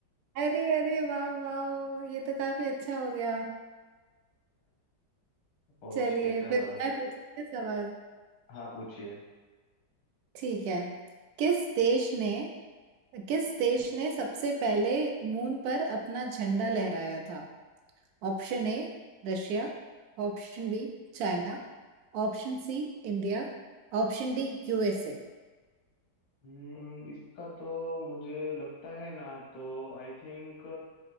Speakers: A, on the right; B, on the left.
A: अरे अरे वाह वाह ये तो काफी अच्छा हो गया
B: <laughs> ओके
A: चलिए
B: चलो
A: फिर मैं पूछूंगी सवाल
B: हाँ पूछिए
A: ठीक है किस देश ने किस देश ने सबसे पहले मून पर अपना झंडा लहराया था Option A Russia option B China option C India option D USA
B: हम्म इसका तो मुझे लगता है ना तो आई थिंक